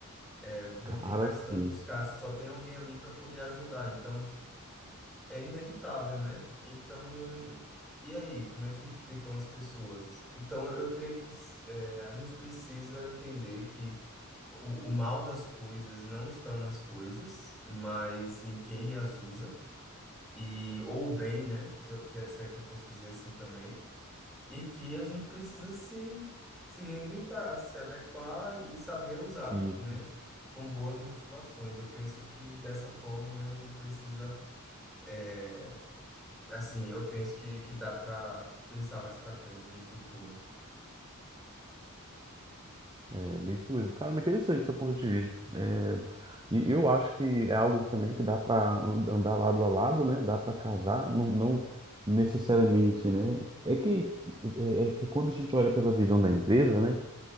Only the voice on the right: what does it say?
Cara,
sim.
E
é bem isso mesmo. Cara, me interessante seu ponto de vista. É, e eu acho que é algo também que dá para andar lado a lado, né? Dá para casar, não, não necessariamente, né? É que é, é que quando a gente olha pela visão da empresa, né?